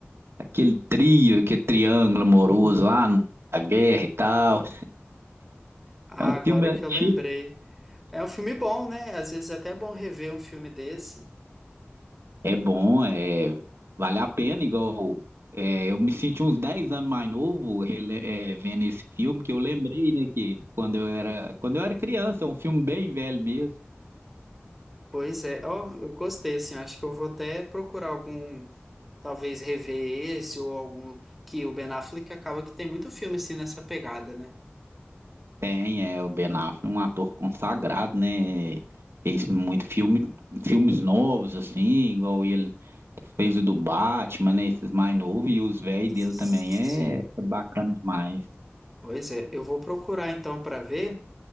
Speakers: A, on the right; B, in the centre.
A: aquele trio, aquele triângulo amoroso lá na guerra e tal.
B: Ah,
A: É um filme
B: agora
A: antigo.
B: que eu lembrei. É um filme bom, né? Às vezes é até bom rever um filme desse.
A: É bom, é, vale a pena, igual é, eu me senti uns 10 anos mais novo rele- é, vendo esse filme, que eu lembrei, né, que quando eu era, quando eu era criança, é um filme bem velho mesmo.
B: Pois é, ó, eu gostei, assim, acho que eu vou até procurar algum, talvez rever esse ou algum que o Ben Affleck acaba que tem muito filme assim nessa pegada, né?
A: Tem, é, o Ben Affleck, um ator consagrado, né, fez muito filme, filmes novos, assim, igual ele fez o do Batman, né, esses mais novos, e os velhos
B: Sim,
A: dele também é, é bacana demais.
B: pois é, eu vou procurar então para ver